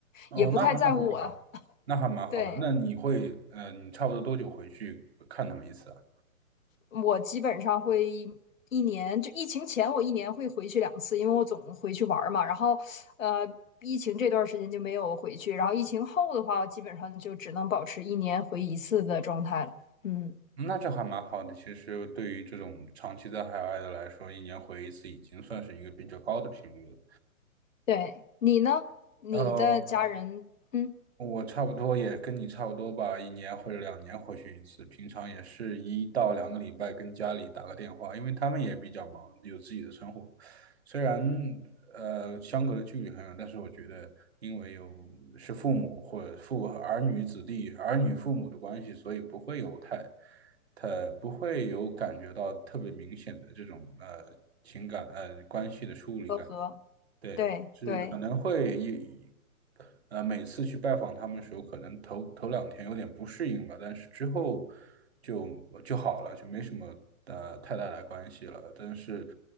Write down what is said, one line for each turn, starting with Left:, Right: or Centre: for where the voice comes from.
Right: 哦，
Left: 也不太在乎我了
Right: 那还那还蛮好，那还蛮好的。
Left: 对，
Right: 那你会呃，你差不多多久回去看他们一次啊？
Left: 我基本上会一一年，就疫情前我一年会回去两次，因为我总回去玩儿嘛。然后，呃，疫情这段时间就没有回去，然后疫情后的话，我基本上就只能保持一年回一次的状态了。嗯，
Right: 那这还蛮好的。其实对于这种长期在海外的来说，一年回一次已经算是一个比较高的频率了。
Left: 对，你呢？你的家人，
Right: 嗯呃，
Left: 嗯，
Right: 我差不多也跟你差不多吧，一年或者两年回去一次，平常也是一到两个礼拜跟家里打个电话，因为他们也比较忙，有自己的生活。虽然呃相隔的距离很远，但是我觉得因为有是父母或者父儿女子弟儿女父母的关系，所以不会有太太不会有感觉到特别明显的这种呃情感呃关系的疏离感。
Left: 都和，
Right: 对，
Left: 对对，
Right: 是可能会一，呃，每次去拜访他们的时候，可能头头两天有点不适应吧，但是之后就就好了，就没什么呃太大的关系了。但是